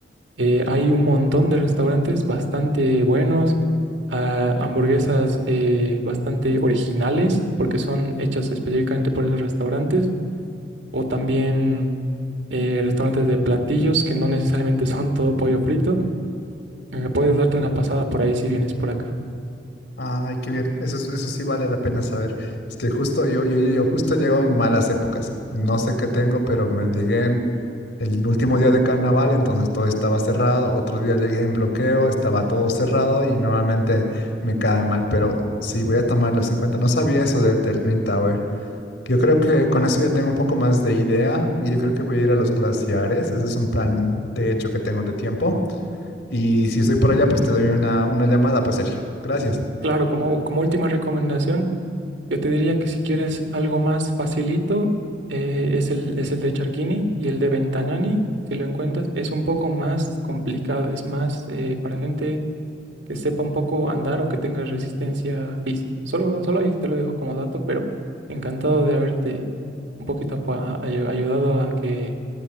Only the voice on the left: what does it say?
Ay, qué bien. Eso, es- eso sí vale la pena saber. Es que justo yo, yo, yo justo llego en malas épocas. No sé qué tengo, pero me llegué en el último día de carnaval, entonces todo estaba cerrado. Otro día llegué en bloqueo, estaba todo cerrado y normalmente me cae mal, pero sí voy a tomarlos en cuenta. No sabía eso del del Green Tower. Yo creo que con eso ya tengo un poco más de idea y yo creo que voy a ir a los glaciares. Ese es un plan de hecho que tengo de tiempo. Y si estoy por allá, pues te doy una, una llamada, pues Sergio. Gracias.